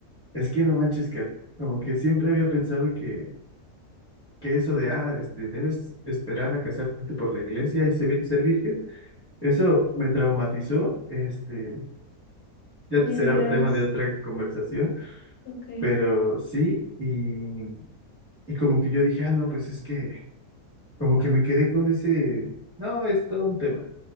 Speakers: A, in the centre; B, on the left.
A: es que no manches, que como que siempre había pensado que, que eso de, ah, este, debes esperar a casarte por la iglesia y ser, ser virgen, eso me traumatizó, este, ya
B: de
A: será
B: veras.
A: tema de otra conversación,
B: Ok.
A: pero sí, y, y como que yo dije, ah, no, pues es que, como que me quedé con ese, no, es todo un tema,